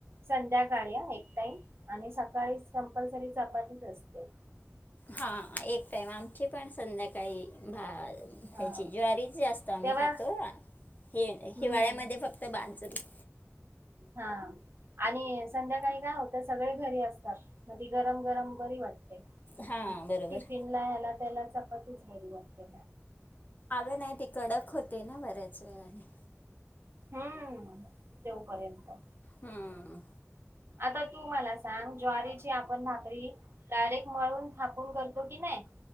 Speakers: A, on the right; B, on the left.
A: संध्याकाळी या एक टाइम आणि सकाळी कंपल्सरी चपातीच असते.
B: हां एक टाइम आमची पण संध्याकाळी भा
A: हा
B: त्या्याची ज्वारीच जास्त आम्ही
A: तेव्हा
B: खातो हे
A: हम्म
B: हिवाळ्यामध्ये फक्त बाजरी.
A: हा आणि संध्याकाळी का होत सगळे घरी असतात. म गरम गरम बरी वाटते
B: हां बरोबर
A: टिफिन. ह्याला त्याला चपातीच बरी वाटते
B: आलंं नाही ते कडक होते ना बऱ्याच वेळाने.
A: हम्म तेव करेंत.
B: हम्म.
A: आता तू मला सांग ज्वारीची आपण भाकरी डायरेक्ट मळून थापून करतो की नाही!